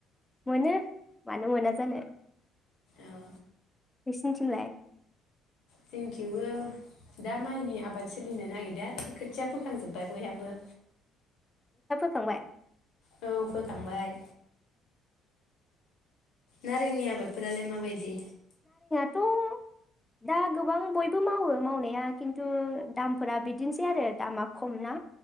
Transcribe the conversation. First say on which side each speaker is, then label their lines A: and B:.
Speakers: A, on the left (about 15°); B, on the left (about 65°).
A: मोनो मानो मोना जानो।
B: अ
A: नोंसिनिथिंलाय?
B: जोंथिंबो दा माइनि आबाद सोलिनो नागिरदों आरो खोथिया फोखांजोब्बाय। बयहाबो।
A: खांबाय।
B: औ फोखांबाय। नारेंनि आबादफोरालाय माबायदि?
A: थ' दा गोबां बयबो मावो मावनाया किन्तु दामफोरा बिदिनोसै आरो दामा खम ना।